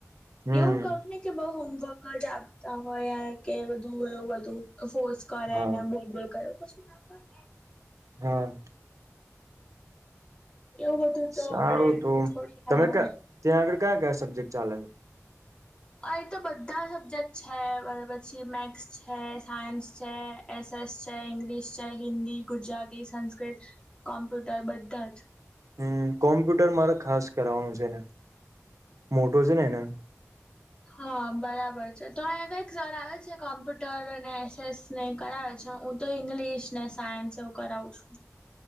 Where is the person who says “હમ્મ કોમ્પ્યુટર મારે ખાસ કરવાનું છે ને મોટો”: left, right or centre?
Right